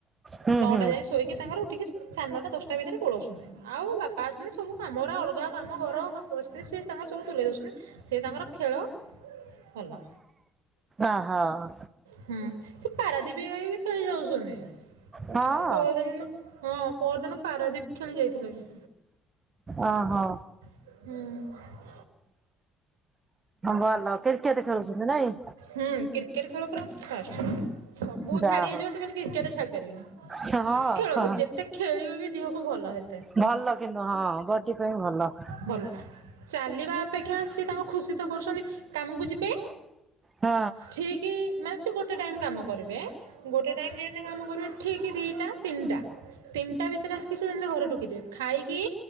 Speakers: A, on the right; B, on the right.
A: ହୁଁ
B: ନଅଟା
A: ହୁଁ
B: ଯାଇଏ ଶୋଇକି ତାଙ୍କର ଉଠିକି ସାଢେ ନଟା ଦଶଟା ଭିତରେ ପଳଉଛନ୍ତି। ଆଉ ବାପା ଅଛନ୍ତି ସବୁ କାମରେ ଅଲଗା କାମ ଘରଥିତ ତାଙ୍କର ସବୁ ତୁଲେଇ ଦଉଛନ୍ତି। ସେ ତାଙ୍କର ଖେଳ ଭଲ
A: ଓହୋ।
B: ହୁଁ। ସେ ପାରାଦୀପ ବି ଖେଳି ଯାଉଛନ୍ତି
A: ହଁ
B: ପଦିନ ହଁ ପରଦିନ ପାରାଦୀପ ଖେଳି ଯାଇଥିଲେ ବି।
A: ଓହଁ।
B: ହୁଁ।
A: ଭଲ କ୍ରିକେଟ ଖେଳୁଛନ୍ତି ନାଇ?
B: ହୁଁ କ୍ରିକେଟ ଖେଳ ପୁରା ଫାଷ୍ଟ ସବୁ
A: ଯା
B: ଛାଡ଼ି ହେଇଯିବ
A: ହଉ।
B: ସେ ଖାଲି କ୍ରିକେଟ ଛାଡ଼ି ପାରିବେନି।
A: ହଁ
B: ଖେଳନ୍ତୁ
A: ହଁ
B: ଯେତେ ଖେଳିବେ ବି ଦେହକୁ ଭଲ ହେତେ।
A: ଭଲ କିନ୍ତୁ ହଁ ବଡି ପାଇଁ ଭଲ।
B: ଭଲ ଚାଲିବା ଅପେକ୍ଷା ସିଏ ତାଙ୍କୁ ଖୁସି ତ କରୁଛନ୍ତି କାମକୁ ଯିବେ
A: ହଁ।
B: ଠିକ ମାନେ ସେ ଗୋଟେ ଗୋଟେ ଟାଇମ୍ କାମ କରିବେ ଗୋଟେ ଟାଇମ ଯେମତି କାମ କରିବେ ଠିକ ଦିଟା ତିନିଟା। ତିନିଟା ଭିତରେ ଆସିକି ସେ ଯେମିତି ଘରେ ରକିଥିବେ ଖାଇକି